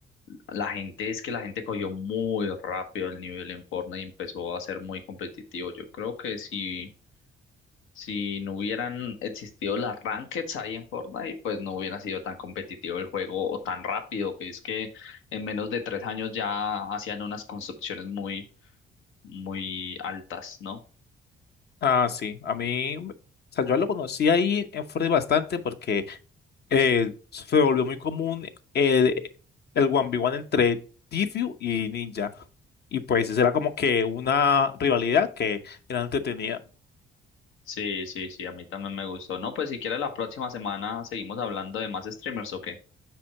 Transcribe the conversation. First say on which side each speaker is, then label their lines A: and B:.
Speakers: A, on the left (about 80°); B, on the left (about 55°).
A: la gente es que la gente cogió muy rápido el nivel en Fortnite y empezó a ser muy competitivo. Yo creo que sí Si no hubieran existido las rankeds ahí en Fortnite, pues no hubiera sido tan competitivo el juego o tan rápido, que es que en menos de tres años ya hacían unas construcciones muy, muy altas, ¿no?
B: Ah, sí, a mí, o sea, yo lo conocí ahí en Fortnite bastante porque eh, se volvió muy común el, el 1v1 entre Tfue y Ninja. Y pues eso era como que una rivalidad que era entretenida.
A: Sí, sí, sí, a mí también me gustó. No, pues si quieres la próxima semana seguimos hablando de más streamers, ¿ok?